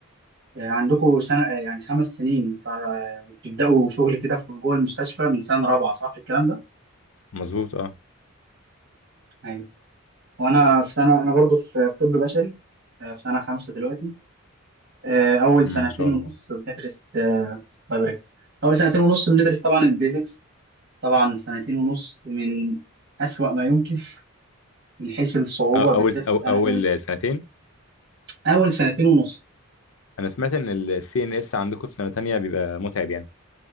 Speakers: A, on the right; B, on the left.
A: آه، عندكم سنه آه، يعني خمس سنين ف- آه، وبتبداوا شغل كده في جوه المستشفى من سنه رابعه صح الكلام ده؟
B: مظبوط اه
A: ايوه وانا في سنه انا برضو في في طب بشري آه، في سنه خمسه دلوقتي آه، اول
B: مم،
A: سنتين
B: ما شاء
A: ونص
B: الله
A: بندرس آه، بايوميديكال. اول سنتين ونص بندرس طبعا البيزكس طبعا سنتين ونص من أسوأ ما يمكن من حيث الصعوبة
B: أو-
A: بالذات
B: اول
A: في
B: أو
A: سنة
B: اول
A: أولى
B: سنتين
A: أول سنتين ونص
B: انا سمعت ان السي ان اس عندكم في سنه تانية بيبقى متعب يعني